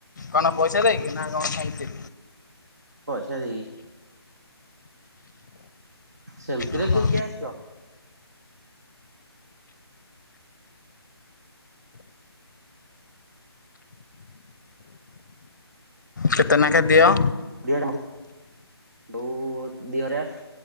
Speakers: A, on the left (about 45°); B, on the right (about 40°).
A: କଣ ପଇସା ଦେଇକି ନା କଣ ସେମିତି?
B: ପଇସା ଦେଇକି। ସେମିତିରେ
A: ଓହୋ।
B: କିଏ କିଏ ଆସିବ?
A: କେତେ ନାଖେ ଦିଅ?
B: କଡିଏ ଦଉ ଦି ହଜାର।